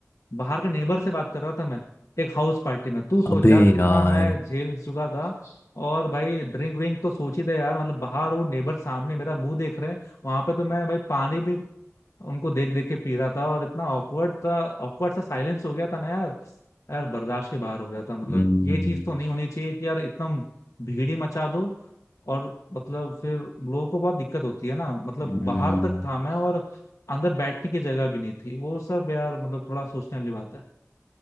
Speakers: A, on the left (about 85°); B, on the left (about 55°).
A: बाहर के नेबर से बात कर रहा था मैं एक हाउस पार्टी में तू सोच
B: अबे
A: यार कितना
B: यार
A: मैं झेल चुका था और भाई ड्रिंक व्रिंक तो सोच ही दे यार मतलब बाहर वो नेबर सामने मेरा मुंह देख रहे हैं वहां पे तो मैं भाई पानी भी उनको देख देख के पी रहा था और इतना ऑकवर्ड था ऑकवर्ड सा साइलेंस हो गया था ना यार यार बर्दाश्त के बाहर हो गया था मतलब
B: हम्म,
A: ये चीज तो नहीं होनी चाहिए कि यार इतना भीड़ ही मचा दो और मतलब फिर लोगों को बहुत दिक्कत होती है ना मतलब
B: हम्म,
A: बाहर तक था मैं और अंदर बैठने की जगह भी नहीं थी वो सब यार मतलब थोड़ा सोचने वाली बात